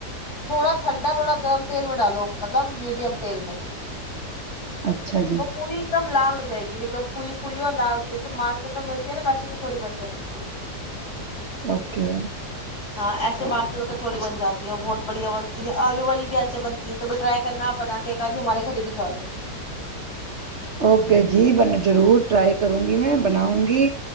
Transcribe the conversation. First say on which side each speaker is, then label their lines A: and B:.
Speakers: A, on the left (about 65°); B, on the right (about 45°).
A: تھوڑا ٹھنڈا تھوڑا گرم تیل منڈالو مطلب میڈیم تیل میں
B: اچھا جی
A: وہ پوری ایک دم لال ہو جائے گی پھر ایک دم پھلی پولی اور لال جیسے مارک کت میں ملتی نا ویسی کچھوی بن جائےی
B: اوکے
A: ہاں ایسے مارکیٹ کے چوڑی بن جی ہے اور بہت بڑھیا بنتی ہے آلو والی بھی ایسے بنتی ہے کبھی ٹرائی کرناپ بنا کے تی ہمارے گھر بجوا دینا
B: اوکے جی بن ضرور ٹرائی کروں گی میں بناؤں گی